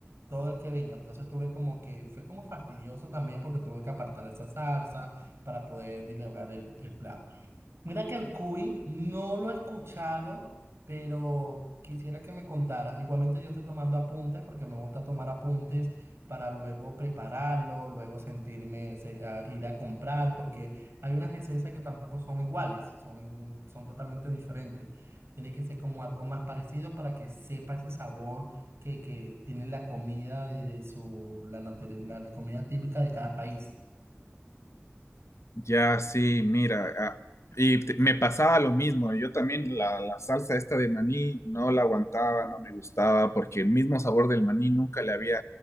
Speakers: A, on the right; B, on the left.
A: todo el que venga. Entonces tuve como que, fue como fastidioso también porque tuve que apartar esa salsa para poder dilegar el, el plato. Mira que el cuy no lo he escuchado, pero quisiera que me contaras. Igualmente yo estoy tomando apuntes porque me gusta tomar apuntes para luego prepararlo, luego sentirme se- a ir a comprar, porque hay unas esencias que tampoco son iguales, son, un- son totalmente diferentes. Tiene que ser como algo más parecido para que sepa ese sabor que, que tiene la comida de, de su, la, nutri- la la comida típica de cada país.
B: Ya, sí, mira, ah, y te- me pasaba lo mismo, yo también la, la salsa esta de maní no la aguantaba, no me gustaba, porque el mismo sabor del maní nunca le había